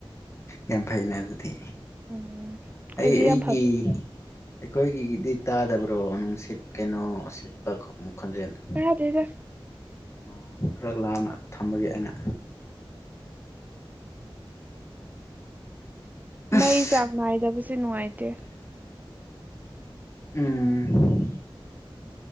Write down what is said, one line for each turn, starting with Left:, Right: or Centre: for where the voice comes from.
Left: ꯌꯥꯝ ꯐꯩꯅꯦ ꯑꯗꯨꯗꯤ
Right: ꯎꯝ ꯑꯩꯈꯣꯏꯗꯤ
Left: ꯑꯩ ꯑꯩꯒꯤ
Right: ꯌꯥꯝ ꯐꯕ
Left: ꯑꯩꯈꯣꯏꯒꯤꯒꯤꯗꯤ ꯇꯥꯗꯕ꯭ꯔꯣ ꯅꯨꯡꯁꯤꯠ ꯀꯩꯅꯣ ꯁꯤꯠꯄ ꯈꯣꯟ ꯃꯈꯣꯟꯖꯦꯜꯗꯣ
Right: ꯀꯔꯥꯏꯗꯩꯅꯣ
Left: ꯑꯣ ꯈꯔ ꯂꯥꯞꯅ ꯊꯝꯕꯒꯤ ꯑꯩꯅ ꯑꯁ
Right: ꯃꯩ ꯆꯥꯡ ꯅꯥꯏꯗꯕꯁꯦ ꯅꯨꯡꯉꯥꯏꯇꯦ
Left: ꯎꯝ